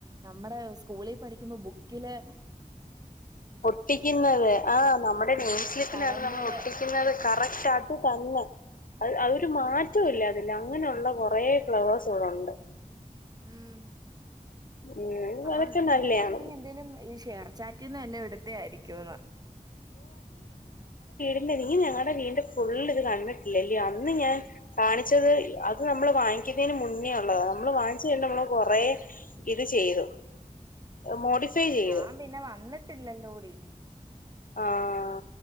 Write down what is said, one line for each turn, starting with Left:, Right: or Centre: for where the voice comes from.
Right: നമ്മുടെ സ്കൂളിൽ പഠിക്കുമ്പോ ബുക്കിലെ
Left: ഒട്ടിക്കുന്നത് ആ് നമ്മുടെ നെയിം സ്ലിപ്പിനല്ല
Right: പടം
Left: നമ്മൾ
Right: പോലെ
Left: ഒട്ടിക്കുന്നത് കറക്റ്റ് ആ തന്നെ അതൊരു മാറ്റവുംല്ല അതില് അങ്ങനെയുള്ള കുറ ഫ്ലവേഴ്സു ഇവിടെ ഉണ്ട്
Right: ഉം
Left: ഉം
Right: അപ്പൊ
Left: അതൊക്കെ
Right: ഞാൻ
Left: നല്ലയാണ്.
Right: വിചാരിച്ചേ എന്തേലും ഈ ഷേർച്ചാറ്റ് റ്റ നല്ല ഇടത്തെ ആയിരിക്കും എന്ന
Left: ഇല്ല നീ ഞങ്ങളുടെ വീന്റെ പുള്ളി ഇത് കണ്ടിട്ട് ല്ല അന്ന് ഞാൻ കാണിച്ചത് അത് നമ്മൾ വാങ്ങിക്കുന്നതിന് മുന്നേ ഉള്ളതാ നമ്മൾ വാങ്ങിച്ചു കണ്ടമ്മ കൊറെ ഇത് ചെയ്തു. മോഡിഫൈ ചെയ്തു
Right: ഞാൻ പിന്നെ വന്നിട്ടില്ലല്ലോടി.
Left: ആഹ